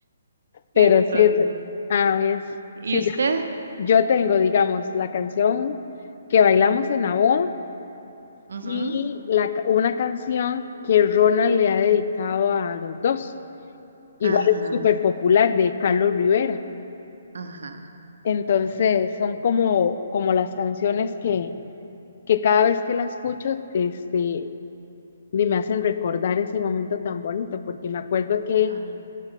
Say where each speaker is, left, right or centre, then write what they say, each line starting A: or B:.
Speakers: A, on the left; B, on the right.
A: Pero
B: Entonces.
A: sí, es, a ver,
B: ¿Y
A: sí,
B: usted?
A: Yo tengo, digamos, la canción que bailamos en la boda
B: Ujú.
A: y la, ca- una canción que Ronald le ha dedicado a los dos. Igual
B: Ajá,
A: es súper popular de Carlos Rivera.
B: ajá,
A: Entonces, son como, como las canciones que, que cada vez que la escucho, este, ni me hacen recordar ese momento tan bonito, porque me acuerdo que,
B: claro,